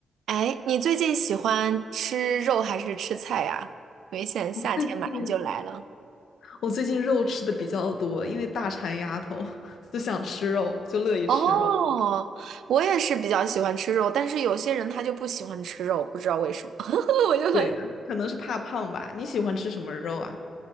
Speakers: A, on the right; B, on the left.
A: 哎，你最近喜欢吃肉还是吃菜呀？因为现在夏天马上就来了。
B: 我最近我最近肉吃的比较多，因为大馋丫头 <laughs> 就想吃肉，就乐意吃肉。
A: 哦，我也是比较喜欢吃肉，但是有些人他就不喜欢吃肉，不知道为什么。<laughs> 我就很，
B: 对的，可能是怕胖吧。你喜欢吃什么肉啊？